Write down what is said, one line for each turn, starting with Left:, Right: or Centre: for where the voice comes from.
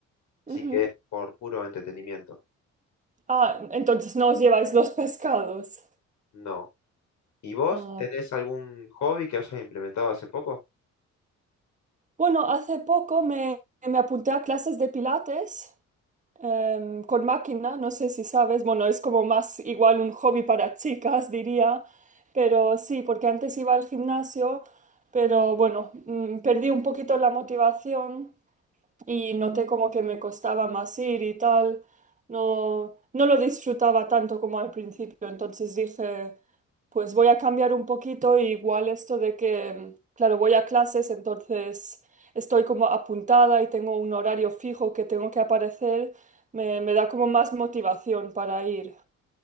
Left: así
Right: ujú.
Left: que es por puro entretenimiento.
Right: Ah, entonces no os lleváis los pescados.
Left: No. ¿Y vos
Right: Ah,
Left: tenés algún hobby que hayas implementado hace poco?
Right: bueno, hace poco me, me apunté a clases de pilates em, con máquina, no sé si sabes, bueno, es como más igual un hobby para <laughs> chicas, diría, pero sí, porque antes iba al gimnasio, pero bueno, mm, perdí un poquito la motivación y noté como que me costaba más ir y tal. No, no lo disfrutaba tanto como al principio, entonces dije, pues voy a cambiar un poquito y igual esto de que, claro, voy a clases, entonces estoy como apuntada y tengo un horario fijo que tengo que aparecer, me, me da como más motivación para ir.